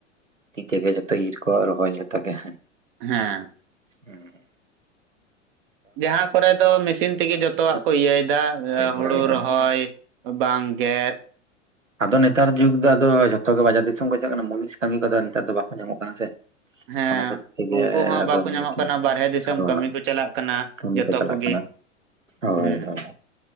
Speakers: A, on the right; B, on the right.
A: ᱛᱤ ᱛᱮᱜᱮ ᱡᱚᱛᱚ ᱤᱨ ᱠᱚ ᱨᱚᱦᱚᱭ ᱡᱚᱛᱚ ᱜᱮ ᱦᱮᱸ᱾
B: ᱦᱮᱸ
A: ᱦᱮᱸ
B: ᱡᱟᱦᱟᱸ ᱠᱚᱨᱮ ᱫᱚ ᱢᱮᱥᱤᱱ ᱛᱮᱜᱮ ᱡᱚᱛᱚᱣᱟᱜ
A: ᱢᱮᱥᱤᱱ
B: ᱠᱚ ᱤᱭᱟᱹᱭᱮᱫᱟ ᱦᱩᱲᱩ
A: ᱦᱳᱭ ᱦᱳᱭ
B: ᱨᱚᱦᱚᱭ ᱵᱟᱝ ᱜᱮᱫ᱾
A: ᱟᱫᱚ ᱱᱮᱛᱟᱨ ᱡᱩᱜᱽ ᱫᱚᱫᱚ ᱡᱷᱚᱛᱚ ᱜᱮ ᱵᱟᱡᱟᱨ ᱫᱤᱥᱚᱢ ᱠᱚ ᱪᱟᱞᱟᱜ ᱠᱟᱱᱟ ᱢᱩᱞᱤᱥ ᱠᱟᱹᱢᱤ ᱠᱚᱫᱚ ᱱᱮᱛᱟᱨ ᱫᱚ ᱵᱟᱠᱚ ᱧᱟᱢᱚᱜ ᱠᱟᱱᱟ ᱥᱮ᱾
B: ᱦᱮᱸ
A: ᱚᱱᱟ ᱠᱷᱟᱹᱛᱤᱨ ᱛᱮᱜᱮ
B: ᱩᱱᱠᱩ ᱦᱚᱸ
A: ᱟᱫᱚ
B: ᱵᱟᱠᱚ
A: ᱢᱮᱥᱤᱱ
B: ᱧᱟᱢᱚᱜ ᱠᱟᱱᱟ
A: ᱦᱳ
B: ᱵᱟᱨᱦᱮ ᱫᱤᱥᱚᱢ ᱠᱟᱹᱢᱤ ᱠᱚ ᱪᱟᱞᱟᱜ ᱠᱟᱱᱟ
A: ᱠᱟᱹᱢᱤ
B: ᱡᱚᱛᱚ
A: ᱠᱚ ᱪᱟᱞᱟᱜ
B: ᱠᱚᱜᱮ
A: ᱠᱟᱱᱟ ᱦᱳᱭ
B: ᱦᱩᱸ
A: ᱦᱳᱭ᱾